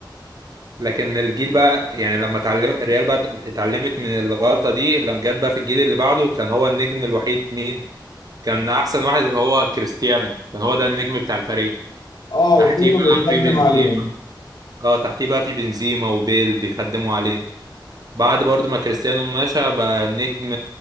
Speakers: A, on the right; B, on the left.
A: لكن الجيل بقى يعني لما اتعلم الريال بقى اتعلمت من الغلطة دي لما جت بقى في الجيل اللي بعده كان هو النجم الوحيد مين كان أحسن واحد هو كريستيانو كان هو ده النجم بتاع الفريق
B: اه
A: تحتيه
B: وكله
A: بقى
B: بيخدم
A: في بنزيما
B: عليه
A: اه تحتيه بقى في بنزيما وبيل بيخدموا عليه بعد برضو ما كريستيانو مشى بقى النجم